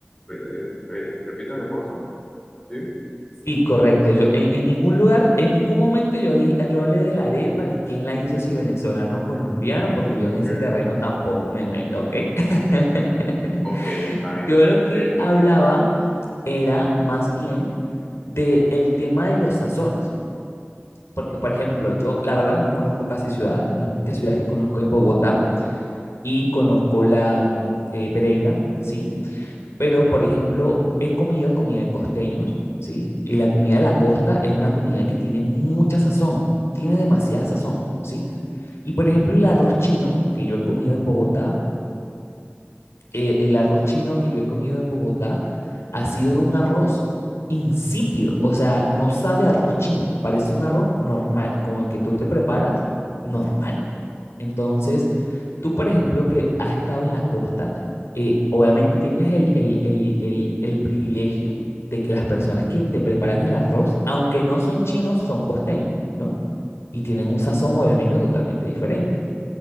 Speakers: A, on the left (about 20°); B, on the left (about 85°).
A: Re- re- repítame, porfa. ¿Sí?
B: Sí, correcto. Yo en, en ningún lugar, en ningún momento yo, di- yo hablé de la arepa ni quién la hizo, si venezolano o colombiano, porque
A: Ok,
B: yo en ese
A: ok.
B: terreno tampoco me meto, ¿ok? <laughs>
A: Ok, está bien.
B: Yo
A: Usted
B: lo que
A: me-
B: hablaba era más bien de el tema de los sazones, porque por ejemplo, yo la verdad no conozco casi ciudades, la única ciudad que conozco es Bogotá y conozco la mm, eh, Pereira, ¿sí? Pero, por ejemplo, he comido comida de costeños, ¿sí? Y la comida de la costa es una comida que tiene mucha sazón, tiene demasiada sazón, ¿sí? Y, por ejemplo, el arroz chino que yo he comido en Bogotá, eh, el arroz chino que yo he comido en Bogotá ha sido un arroz insípido, o sea, no sabe a arroz chino, parece un arroz normal, como el que tú te preparas, normal. Entonces, Tú, por ejemplo, que has estado en la costa, eh, obviamente tienes el, el- el- el- el privilegio de que las personas que te preparan el arroz, aunque no son chinos, son costeños, ¿no? Y tienen un sazón obviamente totalmente diferente.